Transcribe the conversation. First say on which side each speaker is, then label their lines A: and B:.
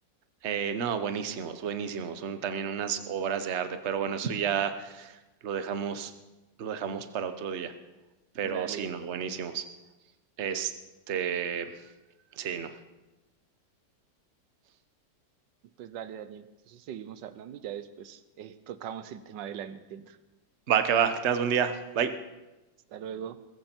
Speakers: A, on the right (about 45°); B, on the right (about 75°).
A: Eh, no, buenísimos, buenísimos, son también unas obras de arte, pero bueno, eso ya lo dejamos lo dejamos para otro día, pero
B: Dale,
A: sí, no, buenísimos. Este, sí, no.
B: pues dale, Daniel. Entonces seguimos hablando y ya después eh, tocamos el tema de la Nintendo.
A: Va que va, que tengas buen día. Bye.
B: Hasta luego.